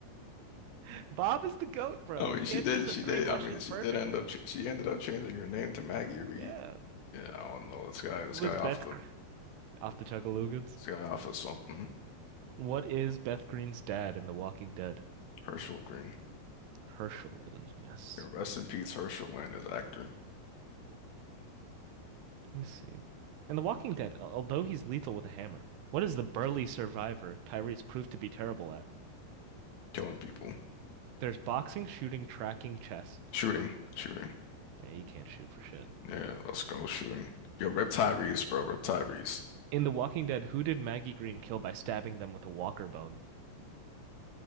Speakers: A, on the right; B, on the left.
A: <laughs> Bob is the goat, bro.
B: I mean,
A: He
B: she
A: answers
B: did.
A: the
B: She
A: three
B: did.
A: questions
B: I mean, she
A: perfectly.
B: did end up. ch- She ended up changing her name to Maggie Reed.
A: Yeah.
B: Yeah, I don't know this guy.
A: Who
B: This guy
A: is Beth
B: off the.
A: Gr- off the Chugalugans?
B: This guy off of something.
A: What is Beth Green's dad in The Walking Dead?
B: Herschel Green.
A: Herschel. Yes.
B: Yeah, rest in peace, Herschel and his actor
A: Let me see. In The Walking Dead, al- although he's lethal with a hammer, what is the burly survivor Tyrese proved to be terrible at?
B: killing people,
A: There's boxing, shooting, tracking, chess.
B: shooting, shooting.
A: Yeah, he can't shoot for shit.
B: Yeah, let's go shooting. Yo, Rip Reeves, bro. Rip Reeves.
A: In The Walking Dead, who did Maggie Green kill by stabbing them with a walker bone?